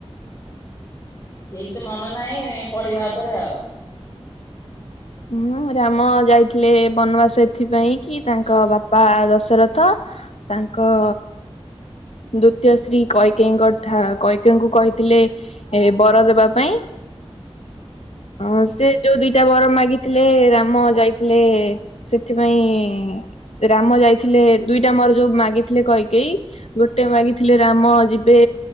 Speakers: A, on the left (about 30°); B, on the left (about 80°).
A: ଠିକ ସେ ମନେ ନାହିଁ ପଢିବା ଆଉଥରେ ଆଉ।
B: ହୁଁ ରାମ ଯାଇଥିଲେ ବନବାସ ଏଥିପାଇଁ କି ତାଙ୍କ ବାପା ଦଶରଥ। ତାଙ୍କ ଦ୍ଵିତୀୟ ସ୍ତ୍ରୀ କୈକେୟୀଙ୍କୁ କହିଥିଲେ। ଏ ବର ଦେବା ପାଇଁ ଅଁ ସେ ଯୋଉ ଦିଟା ବର ମାଗି ଥିଲେ ରାମ ଯାଇଥିଲେ ସେଥିପାଇଁ ରାମ ଯାଇଥିଲେ ଦୁଇଟା ବର ଯୋଉ ମାଗିଥିଲେ କୈକେୟୀ। ଗୋଟେ ମାଗିଥିଲେ ରାମ ଯିବେ